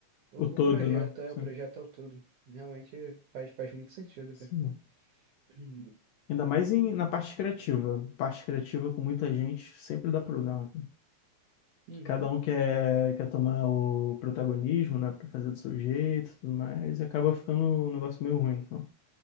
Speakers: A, on the right (about 70°); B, on the left (about 75°).
A: O,
B: O todo,
A: o projeto,
B: né?
A: é,
B: Sim.
A: o projeto ao todo. Realmente faz, faz muito sentido,
B: Sim.
A: cara. <clears throat>
B: Ainda mais em, na parte criativa. Parte criativa com muita gente sempre dá problema.
A: Uhum.
B: que cada um quer, quer tomar o protagonismo, né, para fazer do seu jeito, e tudo mais, e acaba ficando um negócio meio ruim no final.